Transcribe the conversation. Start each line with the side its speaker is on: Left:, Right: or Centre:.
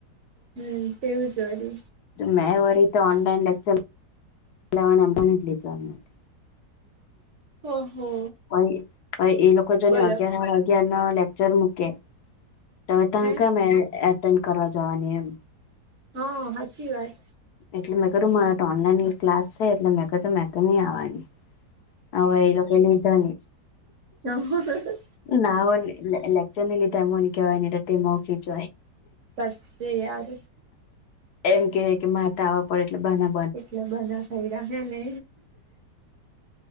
Right: હમ તેવું જ હો
Left: મેં વરી તો ઓનલાઈન લેક્ચર લેવાને મને જ લીધું નથી
Right: ઓહો
Left: પ પ એ લોકો જો
Right: બરાબર
Left: ને અગિયાર હાડા અગયાર ન લેક્ચર મૂકે તો ત
Right: હે
Left: કમે એટેન્ડ કરવા જવાની એમ
Right: હા સાચી વાત
Left: એટલે મગું મારા ઓનલાઈન ક્લાસ એટલે મગડ મગની આવવાની હવે એ લોકો લીધો
Right: હ હ
Left: ના લેક્ચરની લી ટ મોનિકવાટ ટમખી જ
Right: સાચે યાર
Left: એમ કેવાય કે માટ આવવા પડે એટલે બના
Right: એટલે બના ખાઈ રહ નને